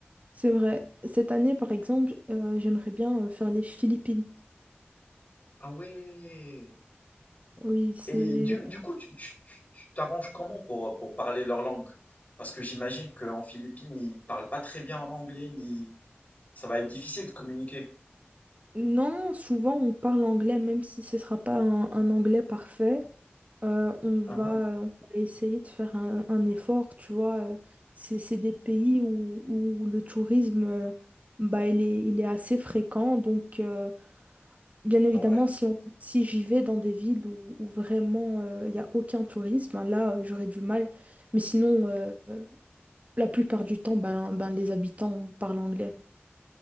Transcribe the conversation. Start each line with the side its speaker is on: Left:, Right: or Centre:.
Right: c'est vrai. Cette année, par exemple, euh, j'aimerais bien euh, faire les Philippines.
Left: Ah ouais.
Right: Oui, c'est
Left: Et du, du coup, tu, tu- tu- tu t'arranges comment pour, pour parler leur langue? Parce que j'imagine qu'en Philippines, ils parlent pas très bien en anglais, ni... Ça va être difficile de communiquer.
Right: Non, souvent on parle anglais, même si ce sera pas un, un anglais parfait. Euh, on va,
Left: Mhm.
Right: on va essayer de faire un, un effort, tu vois. euh, C'est, c'est des pays où, où le tourisme, euh, bah, il est, il est assez fréquent. Donc, euh, bien évidemment,
Left: Ouais.
Right: si, on- si j'y vais dans des villes où, où vraiment euh, il n'y a aucun tourisme, hein, là, euh, j'aurais du mal. Mais sinon, euh, la plupart du temps, ben, ben, les habitants parlent anglais.